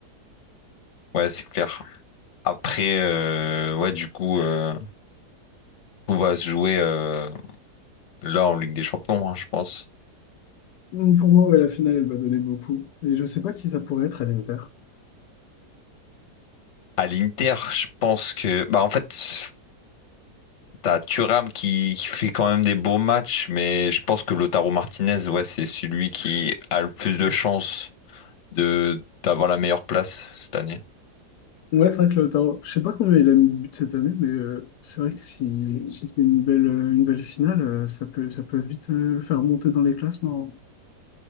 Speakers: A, on the left; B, on the left.
A: Ouais, c'est clair. Après, euh, ouais, du coup, euh, tout va se jouer euh, là en Ligue des Champions, hein, je pense.
B: Mm, Pour moi, ouais, la finale, elle va donner beaucoup. Et je sais pas qui ça pourrait être à l'Inter.
A: À l'Inter, je pense que. Bah, en fait, t'as Thuram qui, qui fait quand même des beaux matchs, mais je pense que Lautaro Martinez, ouais, c'est celui qui a le plus de chances de d'avoir la meilleure place cette année.
B: Ouais, c'est vrai que Lautaro, je sais pas combien il a mis de buts cette année, mais euh, c'est vrai que si, s'il fait une belle, euh, une belle finale, euh, ça peut, ça peut vite euh, le faire monter dans les classements.